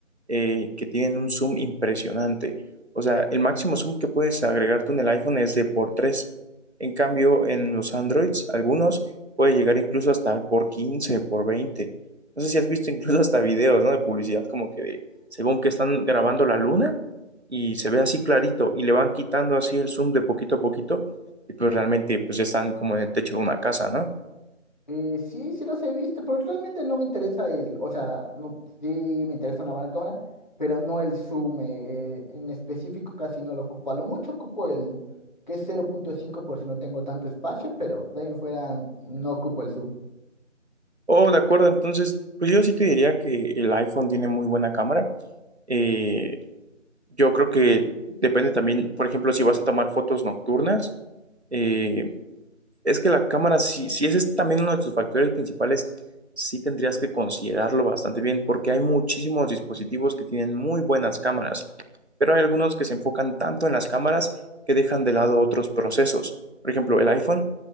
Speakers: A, on the right (about 55°); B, on the left (about 35°).
A: eh, que tienen un zoom impresionante. O sea, el máximo zoom que puedes agregar tú en el iPhone es de por 3. En cambio, en los Androids, algunos puede llegar incluso hasta al por 15 por veinte No sé si has visto incluso hasta videos, ¿no? De publicidad como que de, según que están grabando la luna y se ve así clarito y le van quitando así el zoom de poquito a poquito y pues realmente pues ya están como en el techo de una casa, ¿no?
B: Eh, sí, sí los he visto, pero realmente no me interesa el, o sea, no, sí me interesa una buena cámara, pero no el zoom, eh, en específico casi no lo ocupo, a lo mucho ocupo el que es 0.5 por si no tengo tanto espacio, pero de ahí en fuera no ocupo el zoom.
A: Oh, de acuerdo, entonces pues yo sí te diría que el iPhone tiene muy buena cámara. Eh, yo creo que depende también, por ejemplo, si vas a tomar fotos nocturnas, eh, Es que la cámara, si, si ese es también uno de tus factores principales, sí tendrías que considerarlo bastante bien, porque hay muchísimos dispositivos que tienen muy buenas cámaras, pero hay algunos que se enfocan tanto en las cámaras que dejan de lado otros procesos. Por ejemplo, el iPhone